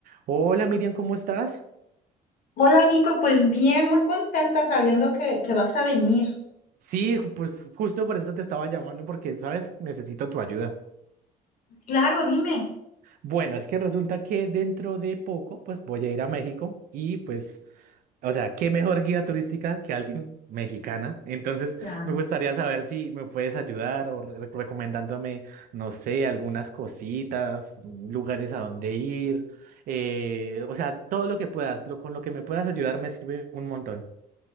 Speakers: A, on the right; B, on the left.
A: Hola Miriam, ¿cómo estás?
B: Hola Nico, pues bien, muy contenta sabiendo que, que vas a venir.
A: Sí, ju- pues ju- justo por eso te estaba llamando porque, sabes, necesito tu ayuda.
B: Claro, dime.
A: Bueno, es que resulta que dentro de poco, pues voy a ir a México y pues, o sea, ¿qué mejor guía turística que alguien mexicana? Entonces,
B: Claro.
A: me gustaría saber si me puedes ayudar o re- recomendándome, no sé, algunas cositas, mm, lugares a donde ir, eh, o sea, todo lo que puedas, lo, con lo que me puedas ayudar me sirve un montón.